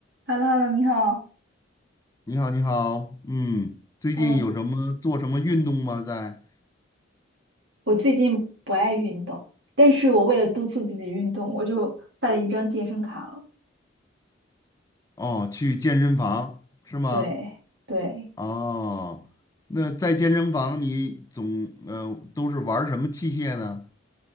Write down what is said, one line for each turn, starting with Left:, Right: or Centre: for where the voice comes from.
Right: h e l l o h e l l o 你好
Left: 你好，你好，嗯，最近有什么做什么运动吗？
Right: ，Hello，
Left: 在
Right: 我最近不爱运动，但是我为了督促自己运动，我就办了一张健身卡了。
Left: 哦，去健身房是吗？
Right: 对对，
Left: 哦，那在健身房你总呃都是玩儿什么器械呢？